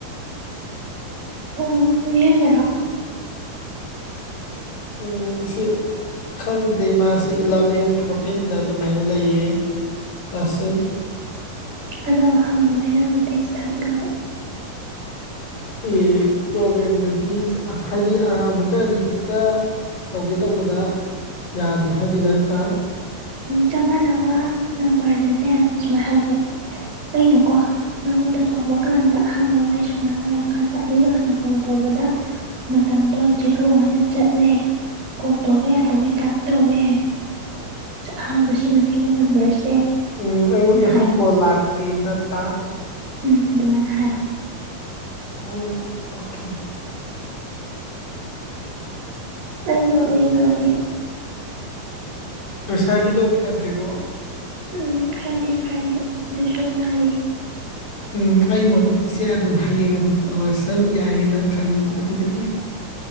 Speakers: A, on the right; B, on the left.
A: ꯑꯣ ꯃꯤꯑꯣꯢꯕꯔꯣ
B: ꯎꯝ ꯁꯤ ꯈꯪꯗꯦ ꯃꯥꯁꯦ ꯏꯂꯚꯦꯟ ꯐꯣꯔꯇꯤꯟꯗ ꯑꯗꯨꯃꯥꯏꯅ ꯂꯩꯌꯦ ꯂꯥꯁꯁꯤꯟ
A: ꯑꯗꯣ ꯍꯪꯉꯨꯅꯦ ꯅꯪꯅ ꯇꯦꯛꯁ ꯊꯥꯖꯤꯜꯂꯒ
B: ꯑꯦ ꯄ꯭ꯔꯣꯕꯂꯦꯝꯗꯨ ꯏꯁ ꯍꯥꯏꯗꯤ ꯑꯃꯨꯛꯀ ꯔꯤꯄꯤꯠꯇ ꯇꯧꯒꯦ ꯇꯧꯕꯗ ꯌꯥꯗꯦ ꯍꯥꯏꯗꯣꯢ ꯅꯠꯇ꯭ꯔꯥ
A: ꯆꯞ ꯃꯥꯟꯅꯕ ꯅꯝꯕꯔꯗꯅꯦ ꯁꯨꯃꯥꯏꯅ ꯍꯥꯏꯕꯁꯦ ꯑꯩꯅꯀꯣ ꯅꯪꯉꯣꯟꯗ ꯇꯧꯕ ꯀꯥꯟꯗ ꯑꯍꯥꯟꯕ ꯋꯥꯔꯤ ꯁꯅꯥ ꯂꯣꯏꯔꯀꯥꯟꯗ ꯑꯅꯤꯗ ꯍꯥꯟꯟꯅ ꯀꯣꯜ ꯇꯧꯕꯗ ꯃꯇꯝꯗꯣ ꯖꯦꯔꯣ ꯑꯣꯏꯅ ꯆꯠꯂꯦ ꯀꯣꯜ ꯇꯧꯕ ꯌꯥꯗꯕꯩ ꯇꯥꯏꯞ ꯇꯧꯋꯦ ꯑꯍꯥꯟꯕ ꯁꯤꯖꯤꯟꯅꯈꯤꯕ ꯅꯝꯕꯔꯁꯦ
B: ꯎꯝ ꯑꯩꯉꯣꯟꯗꯁꯨ
A: ꯍꯥꯏꯌꯣ
B: ꯀꯣꯜ ꯂꯥꯛꯇꯦ ꯅꯠꯇ꯭ꯔꯥ
A: ꯎꯝ ꯑꯗꯨꯃꯥꯏꯅ ꯍꯥꯏꯌꯣ
B: ꯎꯝ ꯑꯣꯀꯦ
A: ꯑꯩ ꯉꯛꯂꯤ ꯅꯥꯔꯦ
B: ꯉꯁꯥꯏꯒꯤꯗꯣ ꯐꯗ꯭ꯔꯤꯕꯣ
A: ꯎꯝ ꯈꯔꯗꯤ ꯐꯔꯦ ꯑꯗꯨꯁꯨ ꯅꯥꯔꯤ
B: ꯎꯝ ꯑꯩ ꯃꯣꯠꯇꯗꯤ ꯁꯦ ꯑꯗꯨꯝ ꯍꯌꯦꯡ ꯑꯗꯨꯝ ꯇꯧꯔꯁꯨꯨ ꯌꯥꯏꯌꯦꯅ ꯈꯟꯕ ꯑꯗꯨꯗꯨꯒꯤ